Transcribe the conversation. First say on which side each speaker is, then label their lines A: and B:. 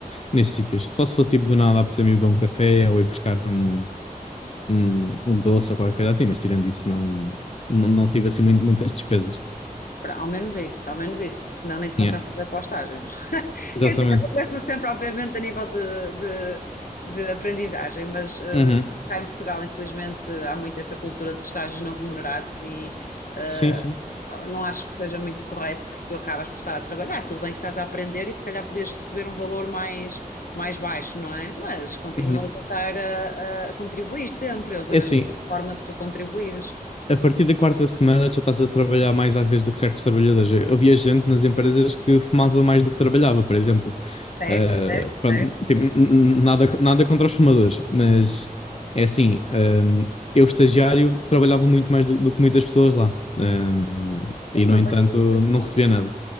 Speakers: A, on the left; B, on the left.
A: nesses sítios. Só se fosse tipo do nada apetecer-me ir beber um café ou ir buscar um, um, um doce ou qualquer coisa assim, mas tirando isso, não, não, não tive assim muito- muitas despesas.
B: Pra- Ao menos isso, ao menos isso, porque senão nem te compensa
A: Yeah,
B: ir para o estágio. <laughs>
A: exatamente.
B: Quer dizer, compensa sempre, obviamente, a nível de, de, de aprendizagem, mas eh,
A: Uhum.
B: cá em Portugal, infelizmente, há muito essa cultura dos estágios não remunerados e eh,
A: Sim, sim.
B: não acho que seja muito correto, porque tu acabas por estar a trabalhar. Tudo bem que estás a aprender e se calhar podias receber um valor mais, mais baixo, não é? Mas continuas
A: Uhum.
B: a estar a, a contribuir sempre, eles arranjam
A: É assim,
B: sempre forma de tu contribuires.
A: a partir da quarta semana já estás a trabalhar mais às vezes do que certos trabalhadores. Eu eu via gente nas empresas que fumava mais do que trabalhava, por exemplo.
B: Certo,
A: Uh,
B: certo,
A: pronto, tipo,
B: certo.
A: n- n- nada, nada contra os fumadores, mas é assim, um, eu estagiário trabalhava muito mais do, do que muitas pessoas lá. Um,
B: Sim,
A: e no
B: não
A: entanto
B: tenho dúvidas
A: não
B: nenhuma.
A: recebia nada.